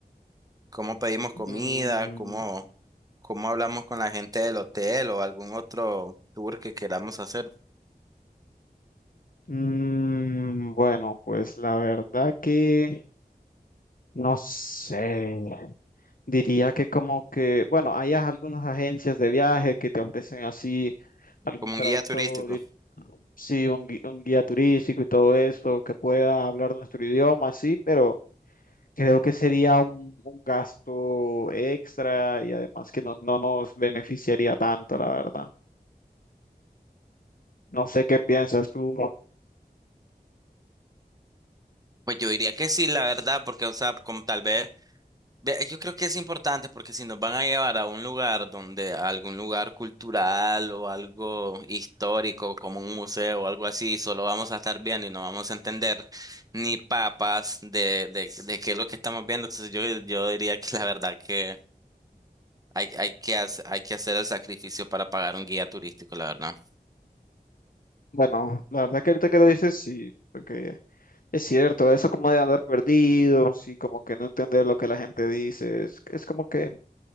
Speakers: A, on the right; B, on the left.
A: ¿Cómo pedimos comida?
B: Mm,
A: ¿Cómo, cómo hablamos con la gente del hotel o algún otro tour que queramos hacer?
B: mm, bueno, pues la verdad que no sé. Diría que como que, bueno, hay algunas agencias de viaje que te ofrecen así algún
A: Como
B: traductor,
A: un guía turístico.
B: y, sí, un, gui- un guía turístico y todo eso, que pueda hablar nuestro idioma, sí, pero creo que sería un, un gasto extra y además que no, no nos beneficiaría tanto, la verdad. No sé qué piensas tú.
A: Pues yo diría que sí, la verdad, porque, o sea, como tal vez. Ve, Yo creo que es importante porque si nos van a llevar a un lugar donde, a algún lugar cultural o algo histórico como un museo o algo así, solo vamos a estar viendo y no vamos a entender ni papas de, de, de qué es lo que estamos viendo. Entonces yo, yo diría que la verdad que hay, hay que hacer, hay que hacer el sacrificio para pagar un guía turístico, la verdad.
B: Bueno, la verdad que ahorita que lo dices, sí, porque es cierto, eso como de andar perdido, sí, como que no entender lo que la gente dice, es, es como que